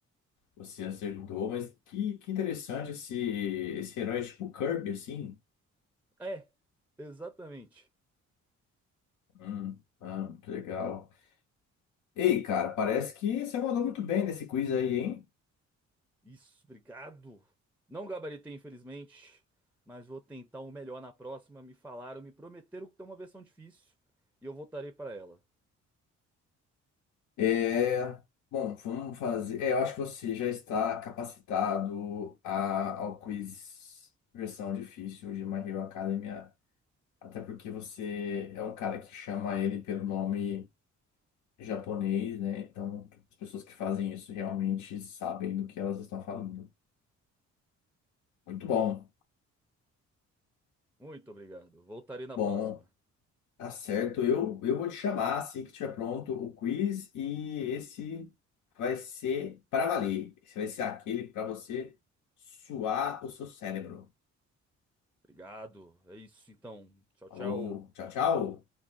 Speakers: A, on the left; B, in the centre.
A: Você acertou, mas que, que interessante esse, esse herói tipo Kirby, assim.
B: É, exatamente.
A: Hum, ah, muito legal. Ei, cara, parece que você mandou muito bem nesse quiz aí, hein?
B: Isso, obrigado. Não gabaritei, infelizmente, mas vou tentar o melhor na próxima. Me falaram, me prometeram que tem uma versão difícil e eu voltarei para ela.
A: É, bom, vamos fazer. É, eu acho que você já está capacitado a, ao quiz versão difícil de My Hero Academia, até porque você é um cara que chama ele pelo nome japonês, né? Então, as pessoas que fazem isso realmente sabem do que elas estão falando. Muito bom.
B: Muito obrigado. Voltarei na
A: Bom,
B: próxima.
A: Tá certo. Eu, eu vou te chamar assim que tiver pronto o quiz e esse vai ser para valer. Esse vai ser aquele para você suar o seu cérebro.
B: Obrigado. É isso então. Tchau,
A: Falou,
B: tchau.
A: tchau, tchau.